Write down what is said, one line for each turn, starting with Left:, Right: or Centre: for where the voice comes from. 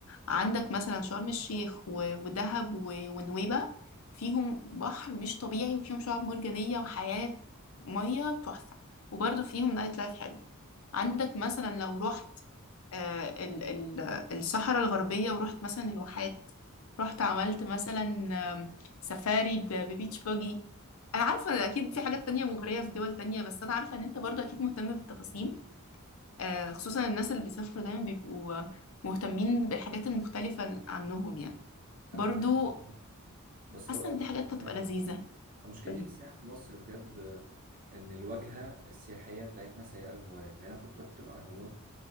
Left: عندك مثلا شرم الشيخ و- ودهب و- ونويبة فيهم بحر مش طبيعي وفيهم شعاب مرجانية وحياة مية تحفة وبرضه فيهم نايت لايف حلو عندك مثلا لو رحت آه، ال- ال- الصحراء الغربية ورحت مثلا الواحات رحت عملت مثلا آم، سفاري ب- ببيتش باجي انا عارفة إن اكيد في حاجات تانية مغرية في دول تانية بس انا عارفة ان انت برضو اكيد مهتم بالتفاصيل آه، خصوصا الناس اللي بيسافروا دايما بيبقوا مهتمين بالحاجات المختلفة عنهم يعني برضو
Right: أنا فاهم بس
Left: حاسة
Right: برضه
Left: ان
Right: عايز
Left: دي
Right: أقول
Left: حاجات
Right: لك على
Left: هتبقى
Right: حاجة
Left: لذيذة
Right: مشكلتي
Left: قولي
Right: في السياحة في مصر بجد آه، إن الواجهة السياحية بتاعتنا سيئة للغاية يعني أنا كنت رحت الأهرامات